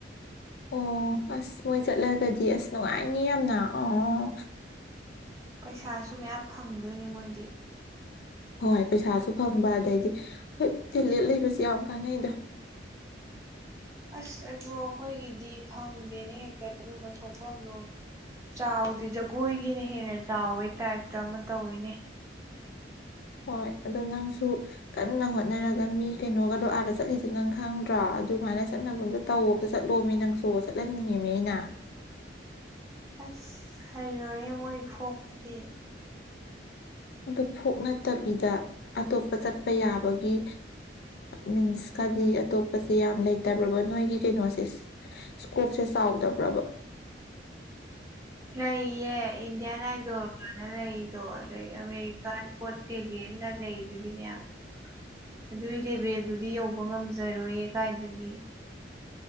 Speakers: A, on the left; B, on the right.
A: ꯑꯣ ꯑꯁ ꯃꯣꯏ ꯆꯠꯂꯒꯗꯤ ꯑꯁ ꯅꯨꯡꯉꯥꯏꯅꯤ ꯌꯥꯝꯅ ꯑꯣ
B: ꯄꯩꯁꯥꯁꯨ ꯃꯌꯥꯝ ꯐꯪꯗꯣꯏꯅꯤ ꯃꯣꯏꯗꯤ
A: ꯍꯣꯏ ꯄꯩꯁꯥꯁꯨ ꯐꯪꯕ ꯑꯗꯩꯗꯤ ꯍꯣꯏ ꯇꯦꯂꯦꯟ ꯂꯩꯕꯁꯨ ꯌꯥꯝ ꯀꯥꯟꯅꯩꯗ
B: ꯑꯁ ꯑꯗꯨ ꯑꯩꯈꯣꯏꯒꯤꯗꯤ ꯐꯪꯗꯦꯅꯦ ꯍꯦꯛꯇ ꯑꯗꯨꯨꯝꯕ ꯊꯣꯛꯐꯝꯗꯣ ꯆꯥꯎꯗꯤ ꯖꯒꯣꯏꯒꯤꯅ ꯍꯦꯟꯅ ꯆꯥꯎꯕꯩ ꯇꯥꯏꯞꯇ ꯑꯃ ꯇꯧꯋꯤꯅꯦ
A: ꯍꯣꯏ ꯑꯗꯣ ꯅꯪꯁꯨ ꯀꯟꯅ ꯍꯣꯠꯅꯔꯒ ꯃꯤ ꯀꯩꯅꯣꯒ ꯂꯣ ꯑꯒ ꯆꯠꯂꯤꯁ ꯅꯪ ꯈꯪꯗ꯭ꯔꯥ ꯑꯗꯨꯃꯥꯏꯅ ꯆꯠꯅꯕ ꯑꯝꯇ ꯇꯧꯝꯗ ꯆꯠꯂꯣꯝꯃꯤ ꯅꯪꯁꯨ ꯆꯠꯍꯟꯅꯤꯡꯉꯤꯅꯦ ꯑꯩꯅ
B: ꯑꯁ ꯍꯥꯏꯔꯣꯏꯌꯦꯦ ꯃꯣꯏ ꯏꯐꯣꯛꯇꯗꯤ
A: ꯑꯗꯨ ꯐꯣꯛ ꯅꯠꯇꯕꯤꯗ ꯑꯇꯣꯞꯄ ꯆꯠꯄ ꯌꯥꯕꯒꯤ ꯃꯤꯟꯁ ꯀꯗꯤ ꯑꯇꯣꯞꯄꯁꯦ ꯌꯥꯝ ꯂꯩꯇꯕ꯭ꯔꯕꯣ ꯅꯣꯏꯒꯤ ꯀꯩꯅꯣꯁꯦ ꯏꯁꯀꯣꯞꯁꯦ ꯆꯥꯎꯗꯕ꯭ꯔꯕ
B: ꯂꯩꯦ ꯏꯟꯗꯤꯌꯥꯅꯏꯗꯣꯔ ꯅ ꯂꯩꯗꯣ ꯑꯗ ꯑꯃꯦꯔꯤꯀꯥꯟ ꯑꯣꯁꯇ꯭ꯔꯦꯂꯤꯌꯥꯟꯒ ꯂꯩꯗꯨꯗꯤ ꯃꯌꯥꯝ ꯑꯗꯨꯏ ꯂꯦꯕꯦ ꯑꯗꯨꯗꯤ ꯌꯧꯕ ꯉꯝꯖꯔꯣꯏꯌꯦ ꯀꯥꯏꯗꯒꯤ